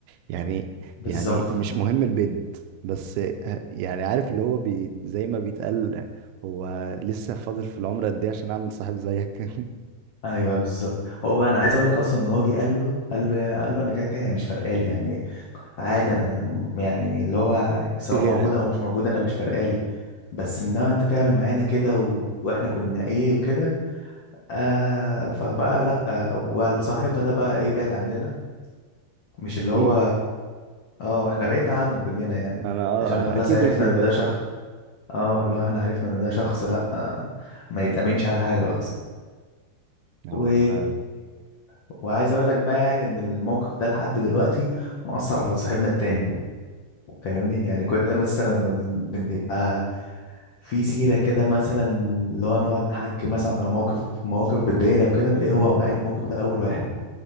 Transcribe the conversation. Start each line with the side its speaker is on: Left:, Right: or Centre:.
Right: يعني
Left: بالظبط
Right: يعني مش مهم البنت بس آه، يعني عارف اللي هو بي زي ما بيتقال آه، هو لسه فاضل في العمر قد ايه عشان اعمل صاحب زيك <laughs>
Left: ايوه بالظبط هو بقى انا عايز اقول لك اصلا ان هو جه قال له قال له يا قال له انا كده كده هي مش فارقالي يعني عادي انا يعني اللي هو سواء
Right: في غيرها
Left: موجوده او مش موجوده انا مش فارقالي بس انما انت تعمل معانا كده و... واحنا كنا ايه وكده آه فبقى لا آه وصاحبنا ده بقى ايه بعد عننا مش اللي
Right: اكيد
Left: هو اه احنا بعدنا عنه كلنا يعني
Right: انا آه،
Left: عشان
Right: آه،
Left: خلاص
Right: اكيد
Left: عرفنا
Right: انتوا
Left: ان
Right: اللي بعدتوا
Left: ده شخص
Right: عنه
Left: اه اللي هو احنا عرفنا ان ده شخص لا آه ما يتأمنش على حاجه اصلا
Right: هو
Left: و...
Right: فعلا
Left: وعايز اقول لك بقى يعني ان الموقف ده لحد دلوقتي مأثر على صاحبنا التاني فاهمني يعني كل مثلا ما بن- بنبقى في سيرة كده مثلا اللي هو نقعد نحكي مثلا على موقف مواقف بتضايقنا وكده نلاقيه هو قال الموقف ده اول واحد